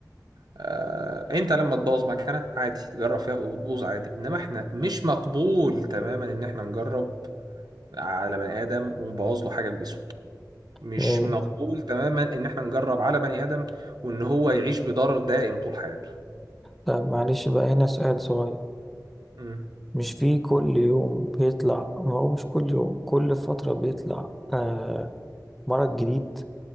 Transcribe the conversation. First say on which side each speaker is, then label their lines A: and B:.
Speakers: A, on the right; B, in the centre.
A: آه، انت لما تبوظ مكانه عادي تجرب فيها وتبوظ عادي انما احنا مش مقبول تماما ان احنا نجرب على بني ادم ومبوظ له حاجه في جسمه مش
B: يعني
A: مم. مقبول تماما ان احنا نجرب على بني ادم وان هو يعيش بضرر دائم طول حياته
B: طب معلش بقى هنا سؤال صغير
A: مم.
B: مش في كل يوم بيطلع ما هو مش كل يوم كل فترة بيطلع آه مرض جديد